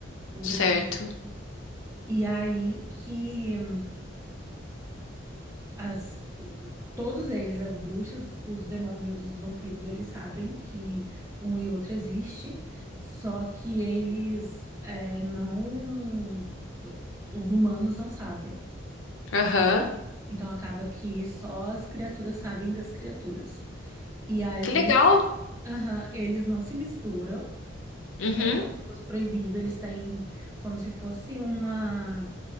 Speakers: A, on the right (about 15°); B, on the left (about 80°).
A: Pura,
B: certo.
A: assim. E aí que As, todos eles, as bruxas, os demônios, os vampiros, eles sabem que um e outro existe, só que eles é, não. Os humanos não sabem.
B: Aham.
A: Então acaba que só as criaturas sabem das criaturas. E aí,
B: Que legal.
A: aham, eles não se misturam,
B: Uhum,
A: é como se fosse proibido, eles têm como se fosse uma.